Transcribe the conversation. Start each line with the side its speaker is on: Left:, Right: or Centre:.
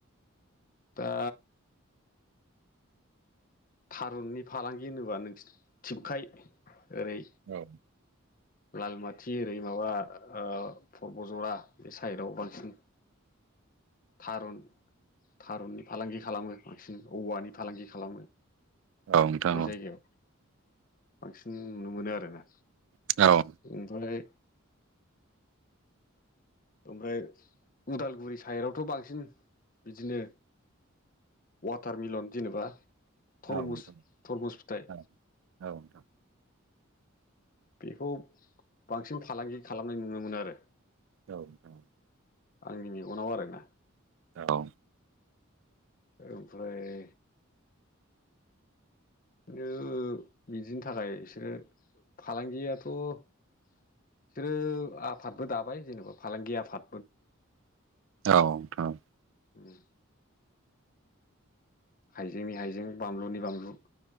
Left: दा थारुननि फालांगि होनोबा नों थिबखाय ओरै
Right: औ
Left: लालमाथि ओरै माबा ओ परबजरा बे साइदआव बांसिन थारुन थारुननि फालांगि खालामो बांसिन औवानि फालांगि खालामो।
Right: औ नोंथां
Left: बे जायगायाव
Right: औ
Left: बांसिन नुनो मोनो आरोना
Right: औ औ
Left: ओमफ्राय ओमफ्राय उदालगुरि साइडआवथ' बांसिन बिदिनो वाटार मिलन जेनोबा थरमुस
Right: औ नोंथां
Left: थरमुस फिथाइ
Right: औ औ नोंथां औ नोंथां
Left: बेखौ बांसिन फालांगि खालामनाय नुनो मोनो आरो
Right: औ औ
Left: आंनि मेगनाव आरोना
Right: औ
Left: ओमफ्राय खिन्थु बिदिनि थाखाय इसोर फालांगियाथ' बिसोरो आफादबो दाबाय जेनोबा फालांगि आफाद
Right: औ औ
Left: ओम हाइजेंनि हाइजें बानलुनि बानलु